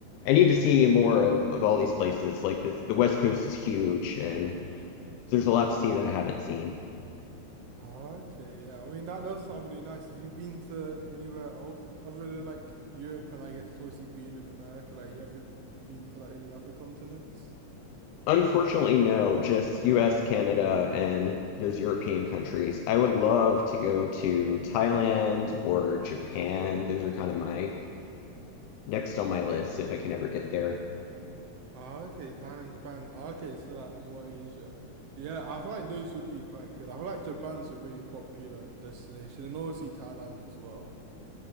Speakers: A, on the left; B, on the right.
A: I need to see more of, of all these places. Like this, the West Coast is huge, and there's a lot to see that I haven't seen.
B: Okay, yeah. I mean that does sound really nice. Have you been to anywhere else other than like Europe and I guess obviously being in America, like you haven't been to like any other continents?
A: Unfortunately, no, just U.S., Canada, and those European countries. I would love to go to Thailand or Japan. Those are kind of my next on my list if I can ever get there.
B: Ah, okay, Thailand, Japan. Ah, Okay, so like more Asia. Yeah, I feel like those would be quite good. I feel like Japan's a really popular destination and obviously Thailand as well.